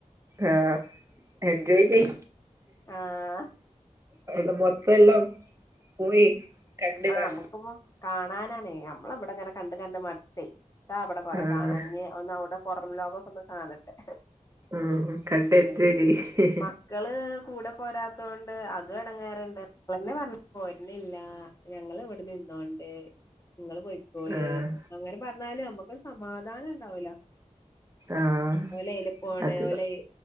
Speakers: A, on the right; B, on the left.
A: ആ എൻജോയ് ചെയ്
B: ആഹ്
A: അയിന്റെ മൊത്ത എല്ലാം പോയി കണ്ട്
B: ആഹ്
A: വാ
B: അമ്മക്ക്പ്പം കാണാനാണേ നമ്മളവിടെങ്ങനെ കണ്ട് കണ്ട് മട്ത്തേ ത്താ ബടെ കൊറെകാണാഞ്ഞ്
A: ആഹ്
B: ഒന്ന് അവ്ടെ പൊറം ലോക ക്കൊന്ന് കാണട്ടെ
A: ഉം <unintelligible>
B: മക്കള് കൂടെ പോരാത്തോണ്ട് അതും എടങ്ങേറ്ണ്ട് അതെന്നെ പർഞ്ഞേ പോര്നില്ല ഞങ്ങൾ ഇവിടെ നിന്നോണ്ട് ങ്ങള് പോയിക്കോളീ
A: ആഹ്
B: അങ്ങനെ പറഞ്ഞാല നമ്മുക്ക് ഒരു സമാധാനം ഉണ്ടാവൂല
A: ആഹ്
B: ഓലെയ്ലപ്പോണ്
A: അത്
B: ഓലെയ്